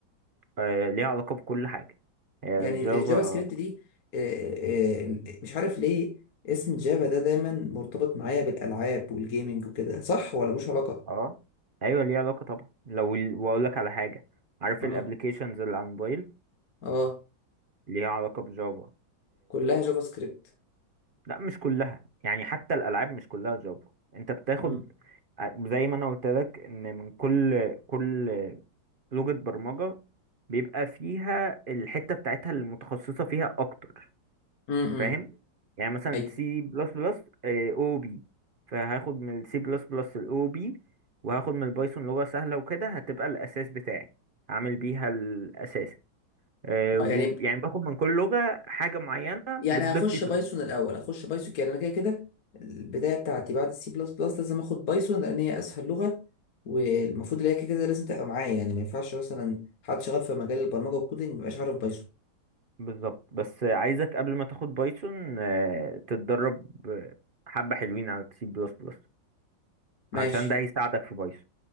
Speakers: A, on the right; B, on the left.
A: آه ليها علاقه بكل حاجه هي
B: يعني
A: الجافا
B: الجافا سكريبت دي آه، آه، مش عارف ليه اسم جافا ده دايما مرتبط معايا بالألعاب والجيمنج وكده صح ولا مش علاقة؟
A: اه ايوه ليها علاقه طبعا لو ال- واقول لك على حاجه عارف
B: اه
A: الابلكيشنز اللي على الموبايل
B: اه
A: ليها علاقه بجافا
B: كلها جافا سكريبت
A: لا مش كلها يعني حتى الالعاب مش كلها جافا انت بتاخد
B: امم
A: زي ما انا قلت لك ان من كل كل لغة برمجة بيبقى فيها الحتة بتاعتها المتخصصة فيها اكتر
B: امم
A: فاهم يعني مثلا
B: ايوه
A: سي بلس بلس او بي فهاخد من السي بلس بلس الاو بي وهاخد من البايثون لغة سهلة وكده هتبقى الاساس بتاعي هعمل بيها الاساس آه، وب-
B: آه، يعني
A: يعني باخد من كل لغة حاجة معينة
B: يعني
A: بتضيف
B: هخش
A: لي في
B: بايثون الاول هخش بايثون يعني انا كده كده البدايه بتاعتي بعد السي بلس بلس لازم اخد بايثون لان هي اسهل لغه والمفروض اللي هي كده كده لازم تبقى معايا يعني ما ينفعش مثلا حد شغال في مجال البرمجه والكودينج ما يبقاش عارف بايثون
A: بالظبط بس عايزك قبل ما تاخد بايثون آه، تتدرب آه، حبة حلوين على سي بلس بلس
B: ماشي
A: علشان ده هيساعدك في بايثون